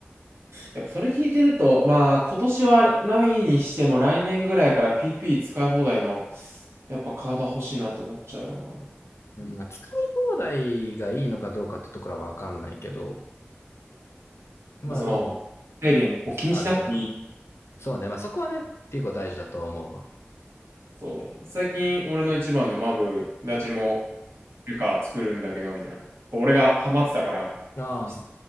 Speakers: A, on the right; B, on the left.
A: やっぱそれ聞いてると、まあ今年はないにしても来年ぐらいから PP 使い放題のやっぱカード欲しいなと思っちゃうよ
B: うん、
A: な。うん
B: まあ使い放題がいいのかどうかってところはわかんないけど、まあでも、
A: まあその、制限を気にしなくていい。
B: ありだと思う。そうね、まあそこはね、結構大事だと思うわ。
A: そう。最近俺の一番のマブダチもルカ作るんだけどみたいな。こう俺がハマってたから。
B: ああ、
A: し